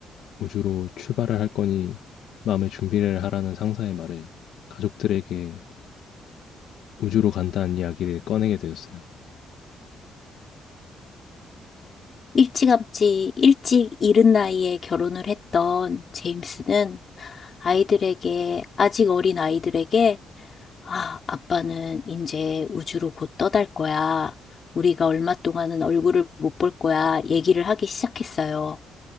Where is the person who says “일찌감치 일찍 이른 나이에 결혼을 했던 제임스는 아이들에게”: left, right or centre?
Left